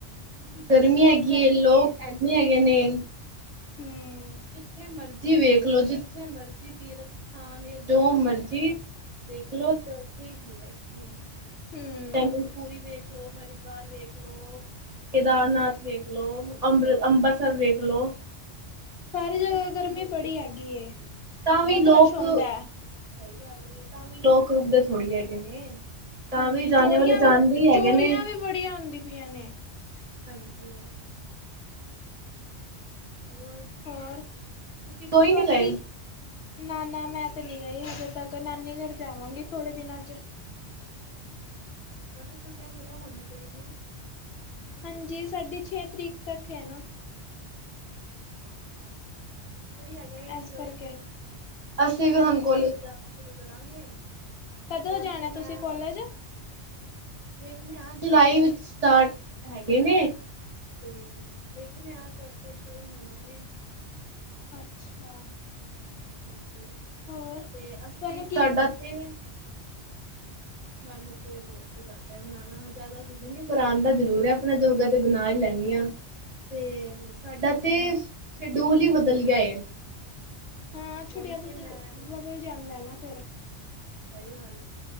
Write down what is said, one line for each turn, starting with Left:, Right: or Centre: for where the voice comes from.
Right: ਕਿਉਂਕਿ ਗਰਮੀ
Left: ਬਹੁਤ
Right: ਹੈਗੀ
Left: ਗਰਮੀ
Right: ਲੋਕ
Left: ਏ
Right: ਇਨੇ ਹੈਗੇ ਨੇ
Left: ਹਮ
Right: ਜਿੱਥੇ ਮਰਜ਼ੀ ਵੇਖ ਲੋ ਜਿੱਥੇ ਮਰਜ਼ੀ ਤੀਰਥ ਸਥਾਨ ਹੈ ਜੋ ਮਰਜ਼ੀ ਦੇਖਲੋ ਤੇ ਉੱਥੇ ਹੀ ਭੀੜ ਹੈਗੀ ਹੈ
Left: ਹਮ
Right: ਟੈਂਲੂਰੀ ਵੇਖ ਲ ਹਰ ਬਰ ਵੇਖਲੋ ਕੇਦਾਰਨਾਥ ਵੇਖ ਲੋ ਅੰਬਰ ਅੰਬ੍ਰਿਤਸਰ ਵੇਖ ਲੋ
Left: ਸਾਰੀ ਜਗ੍ਹਾ
Right: ਜਿੱਥੇ
Left: ਗਰਮੀ
Right: ਮਰਜ਼ੀ
Left: ਬੜੀ ਹੈਗੀ
Right: ਤਾਂ
Left: ਬਹੁਤ
Right: ਵੀ ਲੋਕ
Left: ਰਸ਼ ਆੁੰਦਾ ਹੈ
Right: ਸਹੀ ਗੱਲ ਤਾਂ ਵੀ ਲੋਕ ਰੁਕ ਦੇ ਥੋੜ੍ਹੀ ਹੈਗੇ ਨੇ ਤਾਂ
Left: ਹਾਂਜੀ
Right: ਵੀ ਜਾਣੇ
Left: ਚੋਰੀਆਂ
Right: ਵਾਲੇ ਜਾਂਦੇ
Left: ਵੀ
Right: ਹੀ ਹੈਗੇ
Left: ਚੋਰੀਆਂ
Right: ਨੇ
Left: ਵੀ ਬੜੀਆਂ ਹੁੰਦੀ ਪਈਆਂ ਨੇ
Right: ਹਾਂਜੀ ਹੋ
Left: ਹੋਰ
Right: ਤੁਸੀਂ ਕੋਈ
Left: ਤੁਹਾਨੂੰ
Right: ਨੀ ਗਏ
Left: ਕੀ ਨਾ ਨਾ ਮੈਂ ਤੇ ਨੀ ਗਈ ਹਜੇ ਤੱਕ ਨਾਨੀ ਘਰ ਜਾਵਾਂਗੀ ਥੋੜੇ ਦਿਨਾਂ ਚ <inaudible>
Right: ਉਹ ਤੇ ਛੁੱਟੀਆਂ ਖ਼ਤਮ ਹੁੰਦੀ ਪਈਆਂ ਨੇ
Left: ਹਾਂਜੀ ਸਾਡੀ ਛੇ ਤਰੀਕ ਤੱਕ ਹੈ ਨਾ
Right: ਅੱਛਾ ਸਹੀ ਹੈਗਾ ਇੰਜੋਏ
Left: ਇਸ ਕਰਕੇ
Right: ਕਰੋ ਅਸੀਂ ਵੀ
Left: ਹਾਂਜੀ
Right: ਹੁਣ ਕੋਲੇਜ ਜਾਣਾ ਸ਼ੁਰੂ ਕਰਾਂਗੇ
Left: ਕਦੋਂ
Right: ਫੋਨ
Left: ਜਾਣਾ
Right: ਤੇ ਮੈਂ
Left: ਤੁਸੀਂ ਕੋਲਜ
Right: ਵਖਦੇ ਆ ਜੁਲਾਈ ਵਿੱਚ ਸਟਾਰਟ ਹੈਗੇ ਨੇ ਤੇ ਦੇਖਦੇ ਆ ਕ ਤਾਂ ਕਿਈ ਹੁੰਦੇ ਨੇ
Left: ਅੱਛਾ
Right: ਹ
Left: ਹੋਰ ਤੁਹਾਨੂੰ
Right: ਤੇ ਅਸੀਂ ਸਾਡਾ ਤੇ ਆ
Left: ਹ
Right: ਮਨੂੰ ਬਹੁਤ ਪੰਦ ਬਣਾਉਣਾ ਜ਼ਿਆਦਾ ਕੁਝ ਨ ਗੁਰਾਨ ਤਾਂ ਜ਼ਰੂਰ ਹੈ ਆਪਣਾ ਜੋਗਾ ਤੇ ਬਣਾ ਹੀ ਲੈਦੀ ਹਾਂ ਤੇ ਸਾਡਾ ਤੇ ਸ਼ਡਿਊਲ ਹੀ ਬਦਲ ਗਿਆ
Left: ਹਾਂ ਛੁੱਟੀਆਂ
Right: ਹੁਣ
Left: ਤੋਂ
Right: ਤੇ ਮੈਂ
Left: ਬਦਲ ਜਾਂਦਾ ਨਾ ਫਿਰ
Right: ਸਹੀ ਗੱਲ